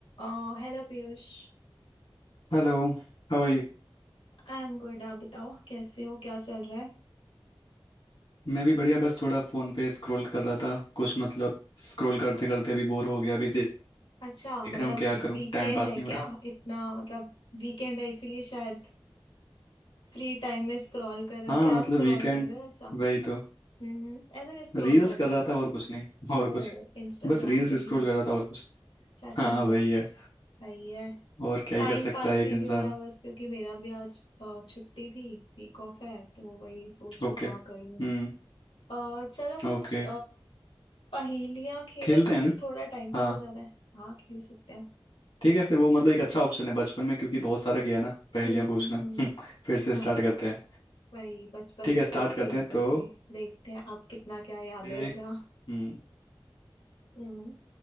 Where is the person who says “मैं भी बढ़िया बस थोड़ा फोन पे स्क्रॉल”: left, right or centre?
Left